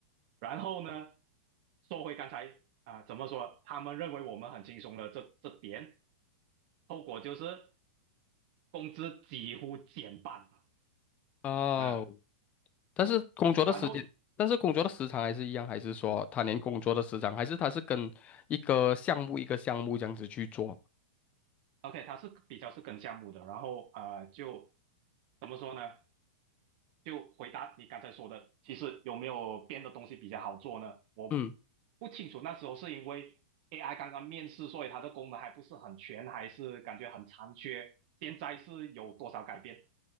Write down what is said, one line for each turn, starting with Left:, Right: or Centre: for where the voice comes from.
Right: 然后呢，说回刚才啊、怎么说？他们认为我们很轻松的这这点，后果就是工资几乎减半。
Left: 哦，
Right: 嗯，
Left: 但是工作的时间，
Right: 然后
Left: 但是工作的时长还是一样，还是说他连工作的时长，还是他是跟一个项目一个项目这样子去做？
Right: OK，他是比较是跟项目的，然后呃，就怎么说呢？就回答你刚才说的，其实有没有编的东西比较好做呢？我
Left: 嗯，
Right: 不清楚，那时候是因为 AI 刚刚面世，所以它的功能还不是很全，还是感觉很残缺。现在是有多少改变？